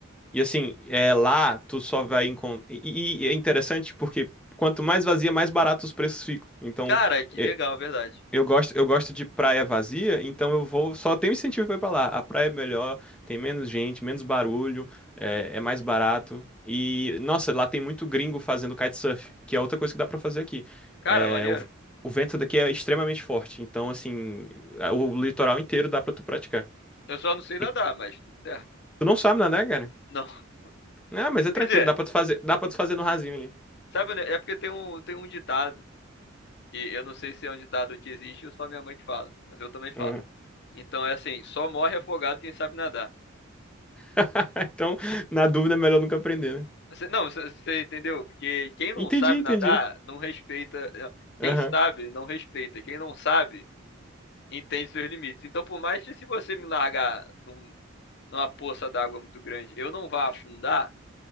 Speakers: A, in the centre; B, on the left.
A: E assim, é, lá tu só vai encontrar. E, e é interessante porque quanto mais vazia, mais barato os preços ficam. Então,
B: Cara, que
A: é,
B: legal, verdade.
A: Eu gosto, eu gosto de praia vazia, então eu vou. Só tenho incentivo pra ir pra lá. A praia é melhor, tem menos gente, menos barulho, é, é mais barato. E, nossa, lá tem muito gringo fazendo kitesurf, que é outra coisa que dá pra fazer aqui.
B: Cara,
A: É,
B: maneiro.
A: o, o vento daqui é extremamente forte, então, assim, a- o litoral inteiro dá pra tu praticar.
B: Eu só não sei nadar,
A: E
B: mas tudo certo.
A: tu não sabe nadar, cara?
B: Não. <laughs>
A: Ah, mas é tranquilo,
B: Quer dizer,
A: dá pra tu fazer, dá pra tu fazer no rasinho ali.
B: sabe, né? É porque tem um, tem um ditado, que eu não sei se é um ditado que existe ou só minha mãe que fala, mas eu também falo.
A: Uhum.
B: Então é assim, só morre afogado quem sabe nadar.
A: <laughs> Então, na dúvida, é melhor nunca aprender, né?
B: Você- não, você, você entendeu? Porque quem não
A: Entendi,
B: sabe
A: entendi.
B: nadar, não respeita. eh, Quem
A: Aham,
B: sabe, não respeita. Quem não sabe, entende seus limites. Então, por mais que se você me largar num- numa poça d'água muito grande, eu não vá afundar,